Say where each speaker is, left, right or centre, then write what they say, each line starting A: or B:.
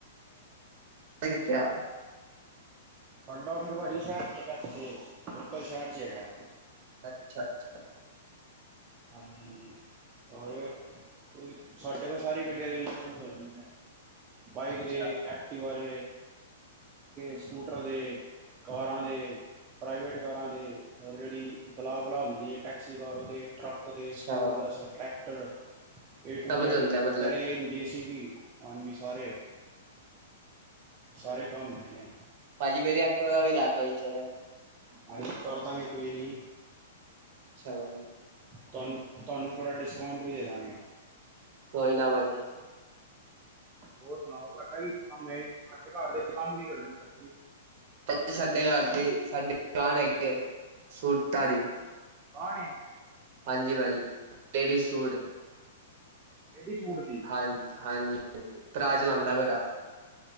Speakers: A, on the right; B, on the right.
A: ਕੀਤਾ <unintelligible>
B: ਪੰਡੋਵੀ ਸ਼ਹਿਰ ਚ ਹੈਗਾ ਇੱਥੇ ਲੋਕਲ ਸ਼ਹਿਰ ਚ ਹੈਗਾ।
A: ਅੱਛਾ -ਅੱਛਾ।
B: ਹਾਂਜੀ -ਹਾਂਜੀ। ਰ ਸਾਡੇ ਕੋਲ ਸਾਰੀ ਗੱਡੀਆਂ ਦੇ ਇੰਸ਼ੋਰੈਂਸ ਹੋ ਜਾਂਦੇ ਨੇ।
A: ਅੱਛਾ
B: ਬਾਈਕ
A: ਅੱਛਾ
B: ਦੇ, ਐਕਟੀਵਾ ਦੇ, ਸਕੂਟਰ ਦੇ ਕਾਰਾਂ ਦੇ, ਪ੍ਰਾਈਵੇਟ ਕਾਰਾਂ ਦੇ ਔਰ ਜਿਹੜੀ ਬੁਲਾ ਬੁਲਾਉੁਦੀ, ਹੈ ਟੈਕਸੀਕਾਰੋਂ ਦੇ, ਟਰੱਕ ਦੇ, ਸਕੂਲ
A: ਸਭ
B: ਬੱਸ, ਟਰੈਕਟਰ ਏ ਟੂ ਜੈਡ
A: ਦੇ ਹੁੰਦਾ ਮਤਲਬ
B: ਕਰੇ ਜੇਸੀ ਵੀ ਹਾਂਜੀ ਸਾਰੇ ਸਾਰੇ ਕੰਮ ਮਿਲਣੇ।
A: ਭਾਜੀ ਮੇਰੀ ਐਕਟਿਵਾ ਦਾ ਵੀ ਕਰ ਦੋ ਇੰਸ਼ੋਰੈਂਸ
B: ਹਾਂਜੀ ਕਰਦਾਂਗੇ ਕੋਈ ਨੀ।
A: ਅੱਛਾ ਬਾਈ ਜੀ।
B: ਤੁਹਾਨੂੰ ਤੁਹਾਨੂੰ ਥੋੜਾ ਡਿਸਕਾਊਂਟ ਵੀ ਦੇ ਦਾਂਗੇ।
A: ਕੋਈ ਨਾ ਭਾਜੀ।
B: ਹੋਰ ਸੁਣਾਓ ਤੁਹਾਡਾ ਕੀ ਕੰਮ ਹੈ। ਤੁਹਾਡੇ ਘਰ ਦੇ ਕੰਮ ਕੀ ਕਰਦੇ ਭਾਜੀ।
A: ਭਾਜੀ ਸਾਡੇ ਘਰ ਦੀ ਸਾਡੀ ਦੁਕਾਨ ਹੈਗੀ ਹੈ। ਸੂਟਾਂ ਦੀ।
B: ਕੌਣ ਹੈ।
A: ਹਾਂਜੀ ਭਾਜੀ, ਲੇਡੀਜ਼ ਸੂਟ।
B: ਲੇਡੀਜ ਸੂਟ ਦੀ।
A: ਹਾਂਜੀ, ਹਾਂਜੀ, ਹਾਂਜੀ ਭਰਾ ਚਲਾਉਂਦਾ ਮੇਰਾ।